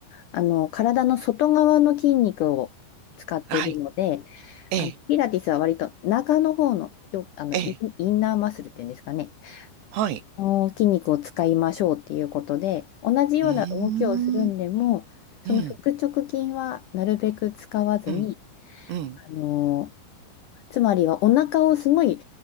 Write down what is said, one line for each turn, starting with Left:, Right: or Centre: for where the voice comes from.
Left: あの、体の外側の筋肉を使っているので、
Right: はい、ええ
Left: あの、ピラティスは割と中の方の、よ、あの、
Right: ええ、
Left: イン、インナーマッスルっていうんですかね。
Right: はい。
Left: この筋肉を使いましょうっていうことで、同じような動きをするんでも、
Right: うーん、
Left: その腹直筋はなるべく使わずに、
Right: うん、うん、うん、
Left: あの、つまりはお腹をすごい、う